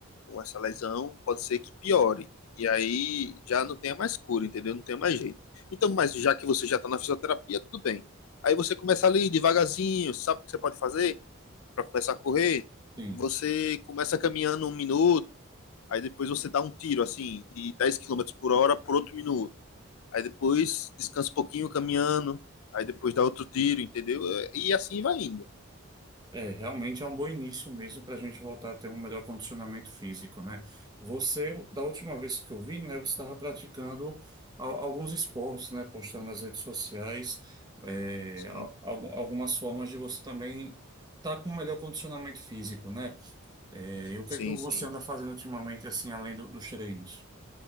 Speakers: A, on the left; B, on the right.
A: com essa lesão, pode ser que piore. E aí já não tenha mais cura, entendeu? Não tenha mais jeito. Então, mas já que você já está na fisioterapia, tudo bem. Aí você começa ali devagarzinho, sabe o que você pode fazer para começar a correr?
B: Sim.
A: Você começa caminhando um minuto, aí depois você dá um tiro assim, de 10 quilômetros por hora por outro minuto. Aí depois descansa um pouquinho caminhando, aí depois dá outro tiro, entendeu? E assim vai indo.
B: É, realmente é um bom início mesmo para a gente voltar a ter um melhor condicionamento físico, né? Você, da última vez que eu vi, né, você estava praticando al- alguns esportes, né? Postando nas redes sociais, é,
A: Sim,
B: al- al- algumas formas de você também estar com um melhor condicionamento físico, né? É, e o que
A: sim,
B: é que você
A: sim.
B: anda fazendo ultimamente, assim, além do- dos treinos?